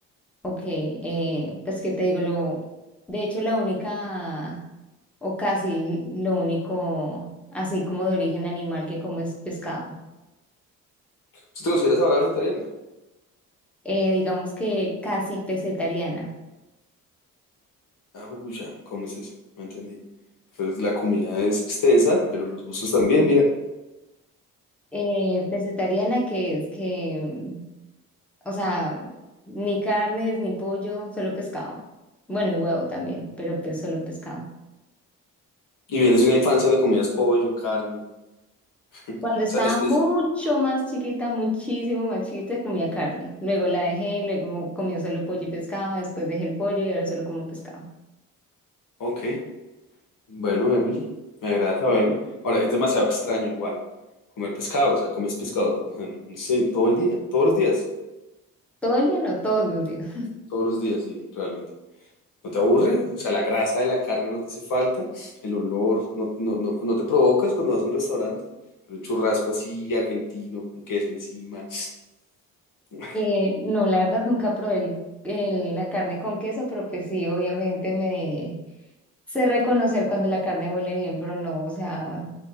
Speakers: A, in the centre; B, on the left.
A: Ok, eh, pues qué te digo, lo, de hecho la única, o casi lo único, así como de origen animal que como es pescado.
B: ¿Usted te consideras ahora vegetariana?
A: Eh, digamos que casi pesetariana.
B: Ah, pues pucha, ¿cómo es eso? No entendí. Pues la comida es extensa, pero los gustos también, mira.
A: Eh, pesetariana que es que, o sea, ni carnes, ni pollo, solo pescado. Bueno, y huevo también, pero pues solo pescado.
B: Y vienes de una infancia donde comías pollo, carne. O
A: Cuando estaba
B: sea, eso
A: mucho
B: es...
A: más chiquita, muchísimo más chiquita, comía carne. Luego la dejé, luego comía solo pollo y pescado, después dejé el pollo y ahora solo como pescado.
B: Ok, bueno, Emily, me agrada saberlo. Ahora, es demasiado extraño igual comer pescado, o sea, comes pescado, o sea, no, no sé, todo el día, todos los días,
A: Todo el día, no todos los días.
B: todos los días, sí, realmente. ¿No te aburre? O sea, la grasa de la carne no te hace falta, el olor, no, no, no, no te provocas cuando vas a un restaurante, pero un churrasco así, argentino, con queso encima. <sniffs>
A: Eh, no, la verdad nunca probé el- el- la carne con queso, pero pues sí, obviamente me sé reconocer cuando la carne huele bien, pero no, o sea,